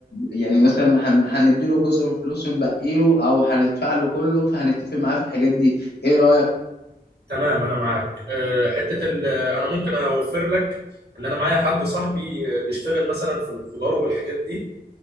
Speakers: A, on the left; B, on the right.
A: يعني مثلا هن- هنديله جزء من فلوسه ونبقي له أو هندفع له كله فهنتفق معاه في الحاجات دي إيه رأيك؟
B: تمام انا معاك أه، حته ال- انا ممكن اوفر لك ان انا معايا حد صاحبي آه، بيشتغل مثلا في الخضار والحاجات دي